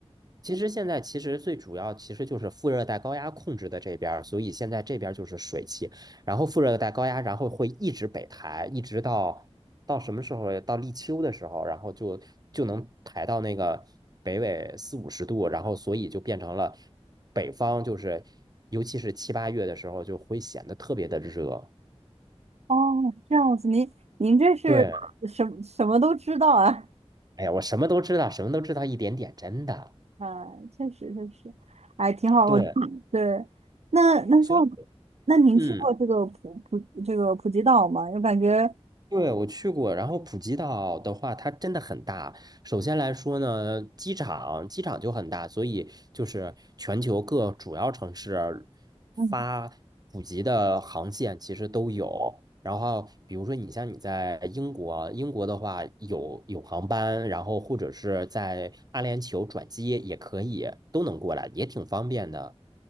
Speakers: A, on the right; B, on the right.
A: 其实现在其实最主要其实就是副热带高压控制的这边所以现在这边就是水汽，然后副热带高压，然后会一直北抬，一直到到什么时候？到立秋的时候，然后就就能抬到那个北纬四五十度，然后所以就变成了北方就是，尤其是七八月的时候就会显得特别的热。
B: 哦，是这样子，您您这是什么什么都知道啊？
A: 对，哎呀，我什么都知道，什么都知道一点点，真的。
B: 啊，确实确实，哎，挺好。
A: 对，
B: 我对，那那像
A: 所以
B: 那您去过这个普普这个普吉岛吗？
A: 嗯。
B: 我感觉，
A: 对，我去过，然后普吉岛的话，它真的很大。首先来说呢，机场机场就很大，所以就是全球各主要城市
B: 嗯，
A: 发普吉的航线其实都有。然后，比如说你像你在英国，英国的话有有航班，然后或者是在阿联酋转机也可以，都能过来，也挺方便的。